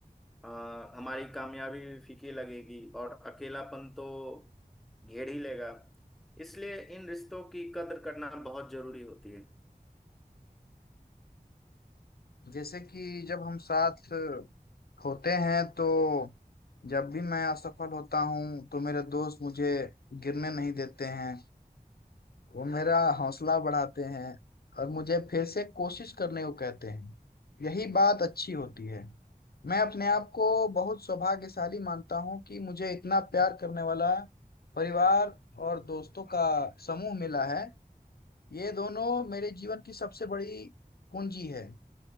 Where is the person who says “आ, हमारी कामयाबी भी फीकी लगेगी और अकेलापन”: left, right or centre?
Centre